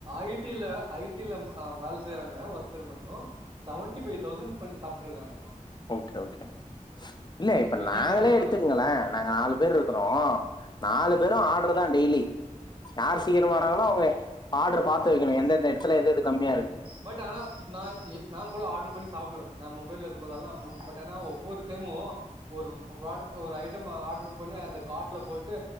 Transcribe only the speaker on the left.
ஓகே ஓகே இல்ல இப்ப
நாங்களே
எடுத்துக்கங்கள நாங்க நாலு பேர் ருக்கிறோம் நாலு வெரு ஆட்ரு தா டெய்லி யார் சீக்கிர வராங்களோ அவங்க ஆட்ர பாத்து வைக்கணு எந்தெந்த எடத்துல எதெது கம்மியா ருக்கு